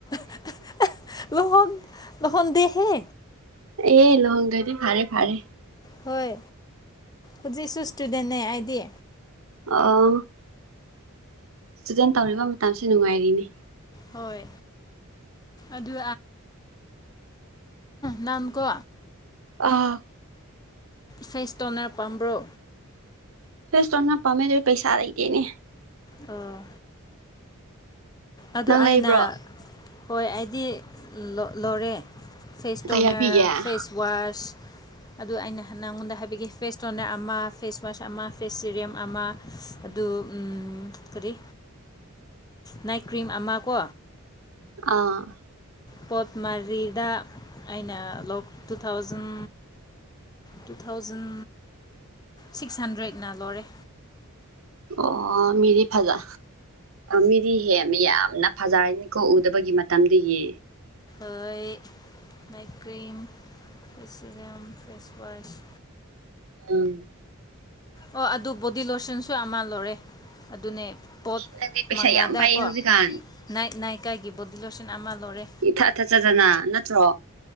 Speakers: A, on the left; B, on the right.
A: <unintelligible> ꯂꯨꯍꯣꯡ ꯂꯍꯣꯡꯗꯤꯍꯦ
B: ꯑꯦ ꯂꯍꯣꯡꯗ꯭ꯔꯗꯤ ꯐꯥꯔꯦ ꯐꯥꯔꯦ
A: ꯍꯣꯏ ꯍꯧꯖꯤꯛꯁꯨ ꯏꯁꯇꯨꯗꯦꯟꯅꯦ ꯑꯩꯗꯤ
B: ꯑꯣ ꯁꯇꯨꯗꯦꯟ ꯇꯧꯔꯤꯕ ꯃꯇꯝꯁꯦ ꯅꯨꯡꯉꯥꯏꯔꯤꯅꯦ
A: ꯍꯣꯏ ꯑꯗꯨ ꯅꯪꯀꯣ
B: ꯑꯥ
A: ꯐꯦꯁꯇꯣꯅꯔ ꯄꯥꯝꯕ꯭ꯔꯣ
B: ꯐꯦꯁꯇꯣꯟꯅꯔ ꯄꯝꯃꯦꯅꯦ ꯄꯩꯁꯥ ꯂꯩꯇꯦꯅꯦ
A: ꯑꯥ ꯑꯗꯨ
B: ꯅꯪ
A: ꯑꯩꯅ
B: ꯂꯩꯕ꯭ꯔꯣ
A: ꯍꯣꯏ ꯑꯩꯗꯤ ꯂꯣꯔꯦ ꯐꯦꯁ ꯇꯣꯅꯔ
B: ꯀꯌꯥ ꯄꯤꯒꯦ ꯑꯥ
A: ꯐꯦꯁꯋꯥꯁ ꯑꯗꯨꯗ ꯑꯩꯅ ꯅꯉꯣꯟꯗ ꯍꯥꯏꯕꯤꯈꯤ ꯐꯦꯁ ꯇꯣꯅꯔ ꯑꯃ ꯐꯦꯁ ꯋꯥꯁ ꯑꯃ ꯐꯦꯁ ꯁꯤꯔꯤꯝ ꯑꯃ ꯑꯗꯨ ꯀꯔꯤ ꯅꯥꯏꯠ ꯀ꯭ꯔꯤꯝ ꯑꯃ ꯀꯣ
B: ꯑꯥ
A: ꯄꯣꯠ ꯃꯔꯤꯗ ꯑꯩꯅ ꯂꯣꯛ two thousand two thousand six ꯍꯟꯗ꯭ꯔꯦꯠꯅ ꯂꯣꯏꯔꯦ
B: ꯑꯣ ꯃꯤꯗꯤ ꯐꯖ ꯃꯤꯗꯤ ꯍꯦ ꯌꯥꯝꯅ ꯐꯖꯔꯅꯤꯀꯣ ꯎꯗꯕꯒꯤ ꯃꯇꯝꯗꯒꯤ
A: ꯑꯩꯩ night cream face serum face wash
B: ꯎꯝ
A: ꯑꯣ ꯑꯗꯨ ꯕꯣꯗꯤ ꯂꯣꯁꯟꯁꯨ ꯑꯃ ꯂꯔꯦ ꯑꯗꯨꯅꯦ ꯄꯣꯠ
B: ꯅꯪꯗꯤ ꯄꯩꯁꯥ
A: ꯃꯉꯥꯗꯀꯣ
B: ꯌꯥꯝ ꯄꯥꯏꯌꯦ ꯍꯧꯖꯤꯛꯀꯥꯟ
A: ꯅꯥꯏꯠ ꯅꯥꯏꯀꯥꯏꯒꯤ ꯕꯣꯗꯤ ꯂꯣꯁꯟ ꯑꯃ ꯂꯧꯔꯦ
B: ꯏꯊꯠ ꯊꯠꯖꯗꯅ ꯅꯠꯇ꯭ꯔꯣ